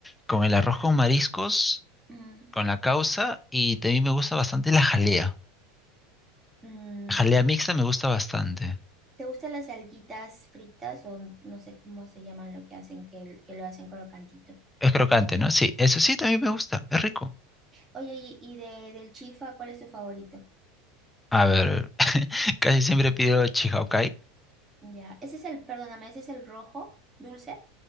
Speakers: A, in the centre; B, on the right.
A: con el arroz con mariscos,
B: mm,
A: con la causa, y también me gusta bastante la jalea.
B: Mm,
A: La jalea mixta me gusta bastante.
B: ¿te gustan las alguitas fritas o no sé cómo se llaman lo que hacen, que, que lo hacen crocantito?
A: Es crocante, ¿no? Sí, eso sí, también me gusta, es rico.
B: Oye, y, y de, del chifa, ¿cuál es tu favorito?
A: A ver, <laughs> casi siempre pido chihaucay.
B: Ya, ese es el, perdóname, ese es el rojo, dulce.